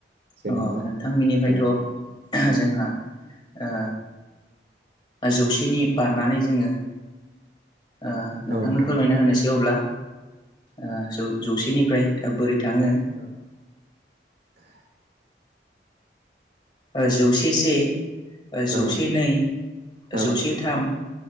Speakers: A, on the right; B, on the left.
A: जेन'बा
B: अ नोंथां बिनिफायथ'
A: औ
B: जोंहा ओ जौसेनि बारनानै जोङो ओ नोंथांनो
A: नोंथां
B: फोरमायना होनोसै अब्ला ओ जौ जौसेनिफ्राय बोरै थाङो
A: <inaudible>
B: ओ जौसे से ओ जौसे
A: औ
B: नै
A: औ
B: जौसे थाम